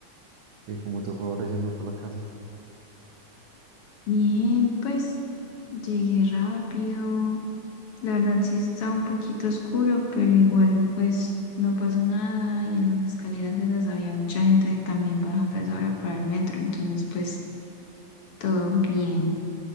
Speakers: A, on the right (about 70°); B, on the left (about 60°).
A: ¿Y cómo te fue ahora yendo por la casa?
B: Bien, pues llegué rápido. La verdad sí está un poquito oscuro, pero igual pues no pasó nada y en las escaleras esas había mucha gente también bajando a esa hora para el metro, entonces pues todo bien.